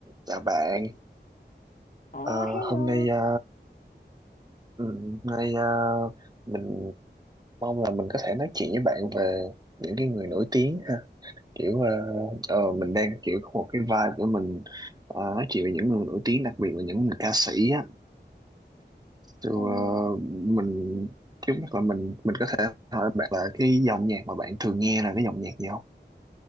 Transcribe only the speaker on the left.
Ồ,
hello.
Ừm,